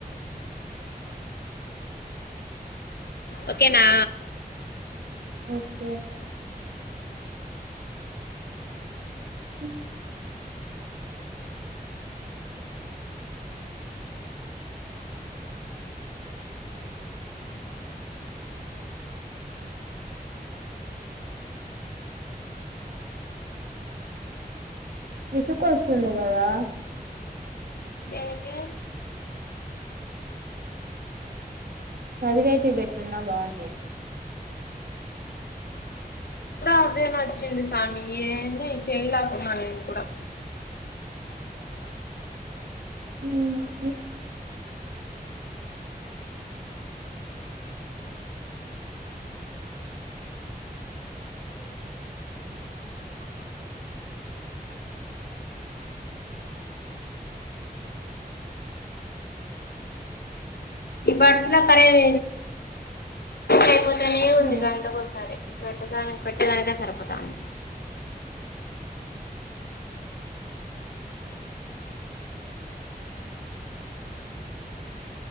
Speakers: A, on the left (about 85°); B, on the right (about 75°).
A: ఓకేనా
B: ఓకే మ్మ్ ఇసుక వస్తుంది కదా
A: దేనికి
B: చదివేటీ పెట్టున్నా బావుండేది
A: అదేనా చ్చింది సామి ఏనే చేయలాకున్నా నేను కూడా
B: ఉ హు
A: ఇప్పడులో అక్కడేదు అయిపోతనే ఉంది
B: మ్మ్
A: గంటకోసారి ఇటి ప్రతిదానికి పెట్టేదనికె సరిపోతాంది